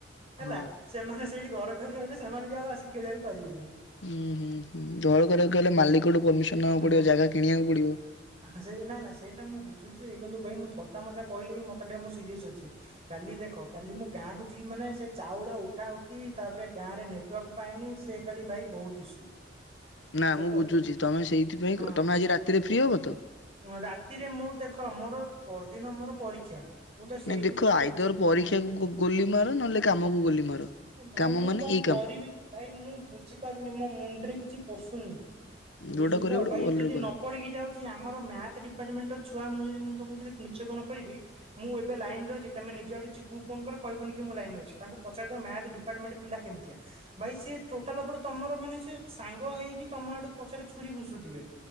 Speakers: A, on the right; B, on the left.
A: ହେଲା
B: ହୁଁ
A: ସେମାନେ ସେଇଠି ଘର କରି ରହିଲେ ସେମାନେ ବି ଆଉ ଆସିକି ଖେଳିବାକୁ ପାରିବେନି।
B: ହୁଁ-ହୁଁ-ହୁଁ ଘର
A: ହଁ
B: କରିବାକୁ ହେଲେ ମାଲିକଠୁ ପରମିସନ ନବାକୁ
A: ହୁଁ
B: ପଡିବ ଜାଗା କିଣିବାକୁ ପଡିବ।
A: ସେ ନାଇଁ ନାଁ ସେଇଟା ମୁଁ ବୁଝୁଛି କିନ୍ତୁ ଭାଇ ମୁଁ ଥଟା ମଜା କହିଲେ କିି ମତ ଟିକେ ମୁଁ ସିରିୟସ ଅଛି। କାଲି ଦେଖ କାଲି ମୁଁ ଗାଁ କୁ ଯିବି ମାନେ ସେ ଚାଉଳ ଉଠା ଉଠି ତାପରେ ଗାଁ ରେ ନେଟୱାର୍କ ପାଇନି ଖାଲି ଭାଇ ବହୁତ ଇସୁ। ବୁଝୁଛ
B: ନା ମୁଁ
A: ତ
B: ବୁଝୁଛି ତମେ ସେଇଥିପାଇଁ
A: ହଁ
B: ତମେ ଆଜି ରାତିରେ ଫ୍ରି ହବ ତ?
A: ରାତିରେ ମୁଁ ଦେଖ ମୋର ପରଦିନ ମୋର ପରୀକ୍ଷା। ମୁଁ ତ ସେଇ
B: ନ
A: ଯୋଗୁରୁ
B: ଦେଖ
A: ତ
B: ଆଇଦର
A: କହୁଛି।
B: ପରୀକ୍ଷାକୁ ଗୋଲି ମାର ନହେଲେ କାମକୁ ଗୋଲି ମାର।
A: ଭାଇ
B: କାମ
A: ମୁଁ
B: ମାନେ
A: କଣ
B: ଏଇ କାମ
A: କରିବି ଭାଇ ମୁଁ ବୁଝିପାରୁନି ମୋ ମୁଣ୍ଡରେ କିଛି ପଶୁନି।
B: ଯୋଉଟା
A: ବୁଝୁଛ
B: କରିବ
A: ତ
B: ଗୋଟେ
A: ଭାଇ
B: ଭଲରେ
A: ଯଦି ନ
B: କର।
A: ପଢିକି ଯାଉଛି ଆମର ମ୍ୟାଥ ଡିପାର୍ଟମେଣ୍ଟ ର ଛୁଆ ମୁ ଯ ମୁଁ ତମକୁ ଯଦି ନିଚକୁ ନ କହିବି ମୁଁ ଏବୋଇନରେ ଅଛି ତମେ ନିଜେ ଆଠି ଚିକୁ ଫୋନ କର କହିବନି କି ମୁଁ ଲାଇନ ରେ ଅଛି। ତାଙ୍କୁ ପଚାରି ଦିଅ ମ୍ୟାଥ ଡିପାର୍ଟମେଣ୍ଟ ପିଲା କେମିତିଆ ଭାଇ ସି ଟୋଟାଲ ଉପରେ ତମର ମାନେ ସେ ସାଙ୍ଗ ହେଇକି ତମ ଆଡୁ ପଛରେ ଛୁରୀ ବୁସୁଥିବେ।